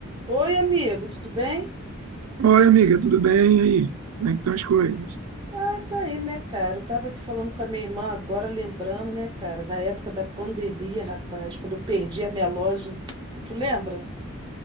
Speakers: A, on the right (about 20°); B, on the right (about 85°).
A: Oi, amigo, tudo bem?
B: Oi, amiga, tudo bem? E aí? Como é que estão as coisas?
A: Ah, tá aí, né, cara? Eu tava aqui falando com a minha irmã agora, lembrando, né, cara, na época da pandemia, rapaz, quando eu perdi a minha loja. Tu lembra?